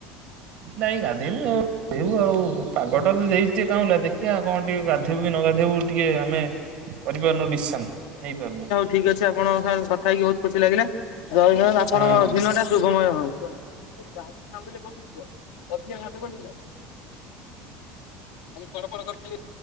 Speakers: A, on the right; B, on the left.
A: ନାଇଁ ଗାଧେଇବୁ ଗାଧେଇବୁ ଆଉ ପାଗଟା ତ ଦେଇଛି କାଁଲା ଦେଖିବା କଣ ଟିକେ ଗାଧୋଇବୁ କି ନ ଗାଧେଇବୁ ଟିକେ ଆମେ କରିପାରୁନୁ ଡିସିସନ ନେଇ ପାରୁନୁ।
B: ଠିକ୍ ଅଛି ଆପଣଙ୍କ ସାଙ୍ଗରେ କଥା ହେଇକି ବହୁତ ଖୁସି ଲାଗିଲା। ଜୟନନ୍ଦ ଆପଣଙ୍କ
A: ହଁ।
B: ଦିନ ଟା ଶୁଭମୟ ହଉ। ଯାହାି ସାଙ୍ଗିଲେ ପସୁଥିବ ଅଧିକା ହାତ ଗଟିଲା <inaudible> ଆ ପଡ ଫଡ କରିଥିଲି <inaudible>